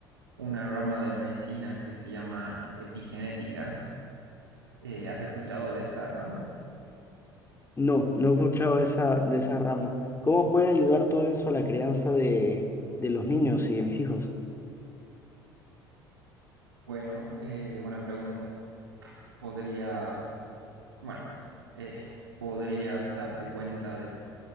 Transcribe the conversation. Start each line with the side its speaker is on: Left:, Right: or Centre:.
Right: una rama de la medicina que se llama epigenética. Eh, ¿has escuchado de esta rama?
Left: No, no he escuchado esa, de esa rama. ¿Cómo puede ayudar todo eso a la crianza de, de los niños y de mis hijos?
Right: Bueno, eh, buena pregunta. Podría, bueno, eh, podrías darte cuenta de